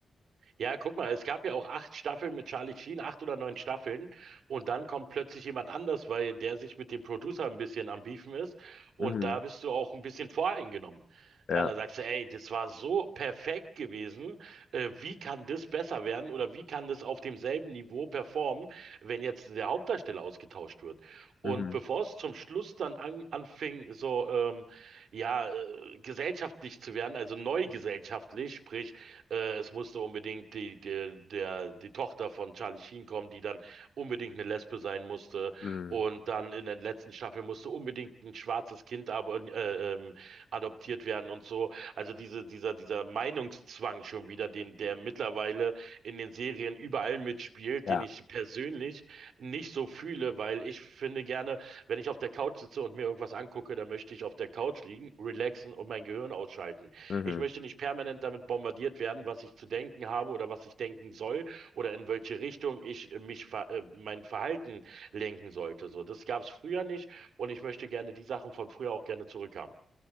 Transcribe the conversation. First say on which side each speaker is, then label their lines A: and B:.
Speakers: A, on the right; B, on the left.
A: Ja, guck mal, es gab ja auch acht Staffeln mit Charlie Sheen, acht oder neun Staffeln. Und dann kommt plötzlich jemand anders, weil der sich mit dem Producer ein bisschen am Beefen ist. Und
B: Mhm.
A: da bist du auch ein bisschen voreingenommen.
B: Ja.
A: Ja, da sagst du, ey, das war so perfekt gewesen. Äh, wie kann das besser werden oder wie kann das auf demselben Niveau performen, wenn jetzt der Hauptdarsteller ausgetauscht wird? Und
B: Mhm.
A: bevor es zum Schluss dann an, anfing, so ähm, ja, äh, gesellschaftlich zu werden, also neu gesellschaftlich, sprich, äh, es musste unbedingt die, die, der, die Tochter von Charlie Sheen kommen, die dann unbedingt eine Lesbe sein musste.
B: Mhm.
A: Und dann in der letzten Staffel musste unbedingt ein schwarzes Kind aber, äh, ähm, adoptiert werden und so. Also diese, dieser, dieser Meinungszwang schon wieder, den, der mittlerweile in den Serien überall mitspielt,
B: Ja.
A: den ich persönlich nicht so fühle, weil ich finde gerne, wenn ich auf der Couch sitze und mir irgendwas angucke, dann möchte ich auf der Couch liegen, relaxen und mein Gehirn ausschalten.
B: Mhm.
A: Ich möchte nicht permanent damit bombardiert werden, was ich zu denken habe oder was ich denken soll oder in welche Richtung ich äh, mich ver äh, mein Verhalten lenken sollte. So, das gab es früher nicht und ich möchte gerne die Sachen von früher auch gerne zurückhaben.